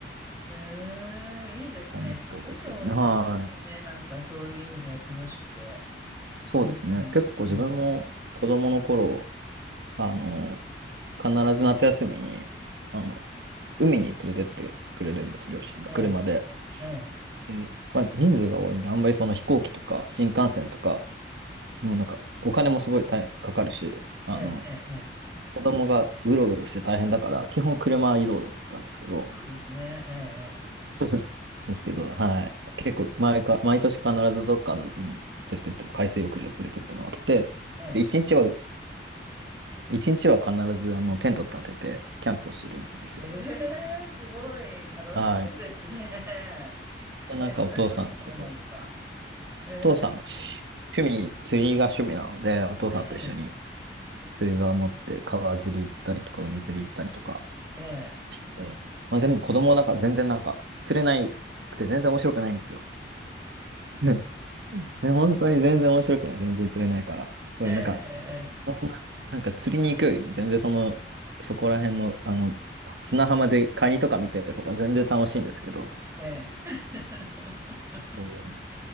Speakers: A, on the right (about 15°); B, on the right (about 75°).
A: ええ、ええ。ええいいですね。
B: 楽しそうですけどね。
A: やっぱ、兄弟多いといいですよね。
B: はい。
A: なんか、そういう意味では楽しくて。
B: そうですね。
A: うん。うん。
B: 結構自分も子供の頃、
A: うん
B: あの、必ず夏休みに、あの、海に連れてってくれるんです、両親が、
A: ええ。
B: 車で。
A: ええ。
B: でまあ、人数が多いんで、あんまりその飛行機とか新幹線とか、もうなんか、お金もすごい大かかるし、あの、
A: ええ。ええ。ええ
B: 子供がうろうろして大変だから、基本車移動だったんですけど、
A: そうですね。え
B: <laughs> ですけど、はい。結構毎か、毎年必ずどっかの海連れてっても、海水浴場連れてってもらって、
A: え、ええ、
B: で、一日は、一日は必ずあのテント立ててキャンプをするんですよ。
A: ええ、ええすごい楽しそうですね。
B: ではい。
A: <laughs>
B: で、
A: ええ、
B: なんかお父さんと、
A: 羨ましいな、なんか。ええ、
B: お父さん、し趣味、釣りが趣味なので、お父さんと一緒に
A: ええ、
B: 釣り竿を持って川釣り行ったりとか、海釣り行ったりとか
A: ええ、
B: して、まあ、全部子供だから全然なんか釣れなくて全然面白くないんですよ。<laughs> ね本当に全然面白くない。全然釣れないから。そう、
A: ええ、
B: なんか、そんな、なんか釣りに行くよりも全然その、そこら辺の、あの、砂浜でカニとか見てる方が全然楽しいんですけど、
A: ええ、ええ
B: そういう
A: <laughs>。